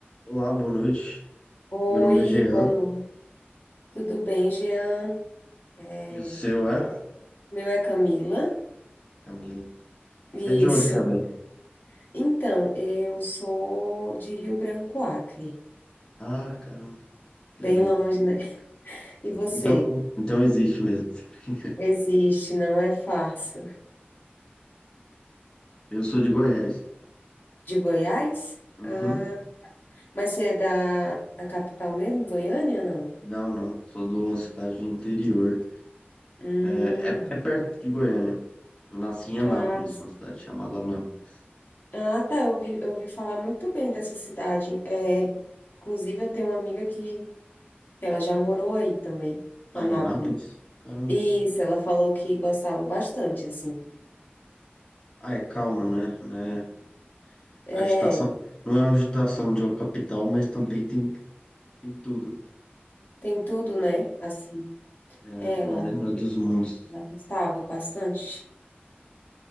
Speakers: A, on the left; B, on the left.
A: Olá, boa noite.
B: Oi,
A: Meu nome é Jean
B: boa noite. Tudo bem, Jean? É,
A: e o seu é?
B: o meu é Camila.
A: Camila. Você
B: Isso.
A: é de onde, Camila?
B: Então, eu sou de Rio Branco, Acre.
A: Ah, caramba, que
B: Bem
A: legal.
B: longe, né? E você?
A: Então, então existe mesmo. <laughs>
B: Existe, não é farsa.
A: Eu sou de Goiás.
B: De Goiás?
A: Uhum.
B: Ah, mas você é da, da capital mesmo, Goiânia, não?
A: Não, não, sou de uma cidade do interior.
B: Hum,
A: É, é, é perto de Goiânia. Eu nasci em Anápolis,
B: ah, sim.
A: uma cidade chamada Anápolis.
B: Ah, tá. Eu vi, eu ouvi falar muito bem dessa cidade. É, inclusive, eu tenho uma amiga que ela já morou aí também,
A: Ah,
B: Anápolis.
A: em Anápolis? Caramba.
B: Isso, ela falou que gostava bastante, assim.
A: Ah, é calmo, né? Não é
B: É,
A: agitação. Não é uma agitação de uma capital, mas também tem, tem tudo.
B: tem tudo,
A: Então,
B: né? Assim,
A: é,
B: ela,
A: é o melhor dos mundos.
B: ela gostava bastante,